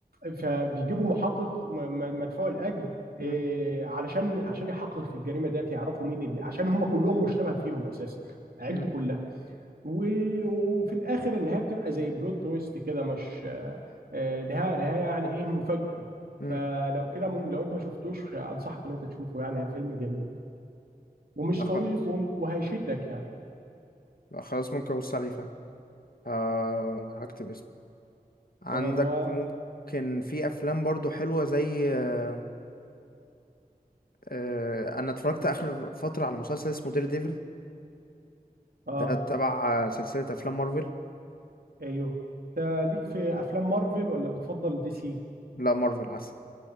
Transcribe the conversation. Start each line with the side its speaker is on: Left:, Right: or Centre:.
Right: فبيجيبوا محقق م- م- مدفوع الاجر
Left: مم.
Right: إيه، علشان عشان يحقق في الجريمه ديت يعرفوا مين اللي عشان هم كلهم مشتبه فيهم اساسا عيلته
Left: مم.
Right: كلها و- وفي الاخر النهايه بتبقى زي بلوت تويست كده مش آه، آه، نهايه نهايه يعني ايه مفاجاه
Left: مم.
Right: فلو كده مم- لو انت ما شفتوش انصحك ان انت تشوفه يعني فيلم جميل ومش
Left: لا خلاص
Right: طويل و- وهيشدك يعني
Left: لا خلاص ممكن ابص عليه فعلا آه هكتب اسمه عندك
Right: تمام هو
Left: ممكن في افلام برضو حلوه زي آه آه انا اتفرجت اخر فتره على مسلسل اسمه دير ديفل
Right: اه
Left: ده تبع سلسلة أفلام مارفل
Right: ايوه ده ليك في افلام مارفل ولا بتفضل دي سي
Left: لا مارفل عسل